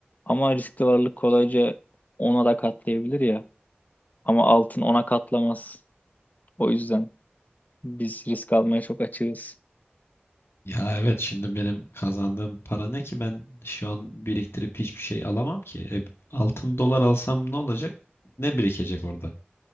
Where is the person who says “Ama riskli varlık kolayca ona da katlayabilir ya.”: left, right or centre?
Left